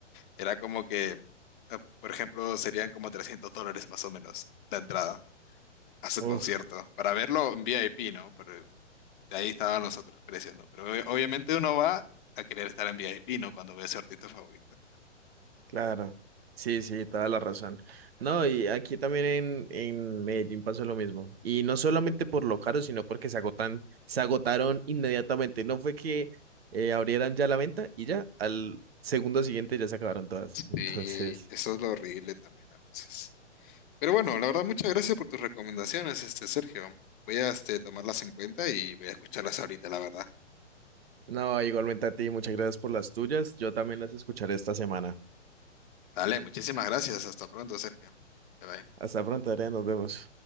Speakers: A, on the left (about 45°); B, on the right (about 55°).
A: Era como que eh, por ejemplo, serían como 300 dólares más o menos la entrada a su
B: Uf,
A: concierto, para verlo en VIP, ¿no? Pero de ahí estaban los otros precios, ¿no? Pero ob- obviamente uno va a querer estar en VIP, ¿no? Cuando ve a su artista favorito.
B: claro. Sí, sí, toda la razón. No, y aquí también en, en Medellín pasó lo mismo. Y no solamente por lo caro, sino porque se agotan, se agotaron inmediatamente. No fue que eh, abrieran ya la venta y ya, al segundo siguiente ya se acabaron todas.
A: sí
B: <laughs> Entonces,
A: eso es lo horrible también a veces. Pero bueno, la verdad, muchas gracias por tus recomendaciones, este Sergio. Voy a este, tomarlas en cuenta y voy a escucharlas ahorita, la verdad.
B: no, igualmente a ti, muchas gracias por las tuyas. Yo también las escucharé esta semana.
A: Dale, muchísimas gracias. Hasta pronto, Sergio. Bye bye.
B: Hasta pronto, Adrián, nos vemos.